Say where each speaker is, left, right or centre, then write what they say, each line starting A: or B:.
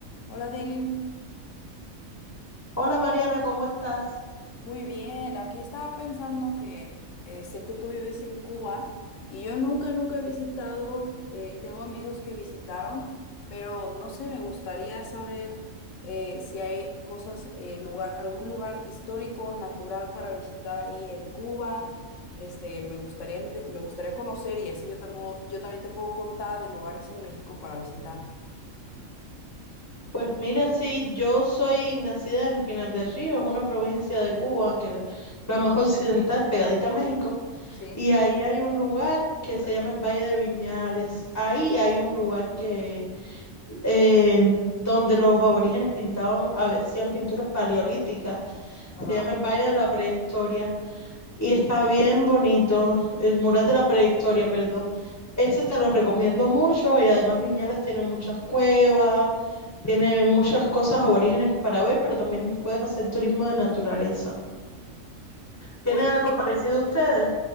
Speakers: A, on the left; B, on the left.
A: Hola, Daylin.
B: Hola Mariana, ¿cómo estás?
A: Muy bien. Aquí estaba pensando que eh, sé que tú vives en Cuba y yo nunca, nunca he visitado, eh, tengo amigos que visitaron, pero no sé, me gustaría saber eh, si hay cosas, eh, lugar, algún lugar histórico, natural para visitar ahí en Cuba. Este, me gustaría, ente- me gustaría conocer y así yo también, yo también te puedo contar de lugares en México para visitar.
B: Pues mira, sí, yo soy nacida en Pinar del Río, es una provincia de Cuba, que es la más <laughs> occidental, pegadita a México,
A: Sí,
B: y ahí hay un lugar que se llama el Valle de Viñales. Ahí hay un lugar que eh, donde los aborígenes pintaban, a ve- hacían pinturas paleolíticas,
A: ajá.
B: se llama el Valle de la Prehistoria y está bien bonito, el mural de la prehistoria, perdón. Ese te lo recomiendo mucho y además Viñales tiene muchas cuevas Tiene muchas cosas aborígenes para ver, pero también puedes hacer turismo de naturaleza. ¿Tienen
A: Oye.
B: algo parecido ustedes?